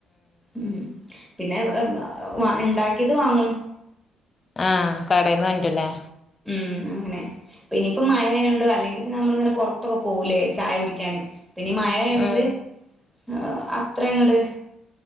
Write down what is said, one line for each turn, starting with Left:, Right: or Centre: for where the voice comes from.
Centre: ആഹ് പിന്നെ വാ ഇണ്ടാക്കിയത് വാങ്ങും.
Left: ആഹ് കടേന്ന് കൊണ്ട്രരുല്ലേ?
Centre: ആഹ് അങ്ങനെ പിന്നിപ്പം മഴായോണ്ട് അല്ലെങ്കിപ്പൊ നമ്മളിങ്ങനെ പൊറത്തൊക്കെ പോവുലേ ചായ കുടിക്കാന് പിന്നീ മഴായോണ്ട്
Left: ഉം
Centre: ആ അത്രങ്ങട്